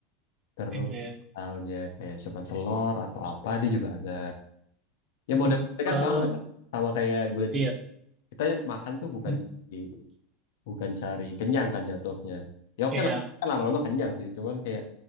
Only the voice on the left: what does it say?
terus
misalnya kayak cuman telur atau apa dia juga ada. Ya
model
kan sama kan. Sama kayak gulai
tikungan. Kita makan tuh bukan
sih. bukan cari kenyang kan jatuhnya ya oke
lah kan lama-lama kenyang sih cuman kayak